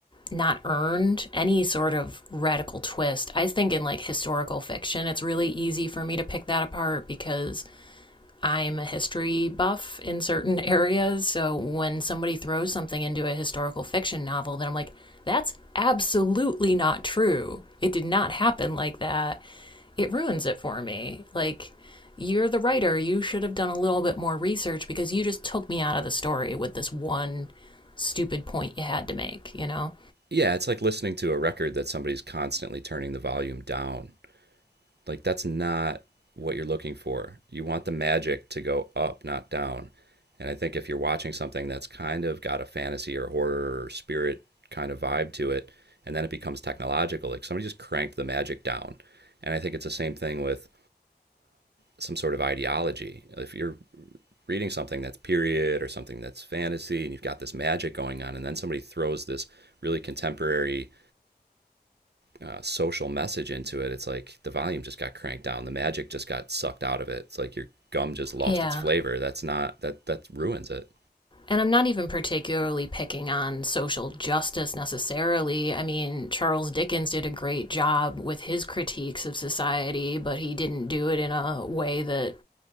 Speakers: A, on the left; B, on the right.
A: not earned, any sort of radical twist. I think in like historical fiction, it's really easy for me to pick that apart because I'm a history buff in certain <laughs> areas, so when somebody throws something into a historical fiction novel, then I'm like, that's absolutely not true. It did not happen like that. It ruins it for me. Like, you're the writer. You should have done a little bit more research because you just took me out of the story with this one stupid point you had to make, you know?
B: yeah it's like listening to a record that somebody's constantly turning the volume down Like that's not what you're looking for. You want the magic to go up, not down. And I think if you're watching something that's kind of got a fantasy or horror or spirit kind of vibe to it, and then it becomes technological, like somebody just cranked the magic down. And I think it's the same thing with some sort of ideology. If you're reading something that's period or something that's fantasy and you've got this magic going on, and then somebody throws this really contemporary uh, social message into it, it's like the volume just got cranked down. The magic just got sucked out of it. It's like your gum just lost
A: Yeah.
B: its flavor. That's not that that ruins it.
A: And I'm not even particularly picking on social justice necessarily. I mean, Charles Dickens did a great job with his critiques of society, but he didn't do it in a way that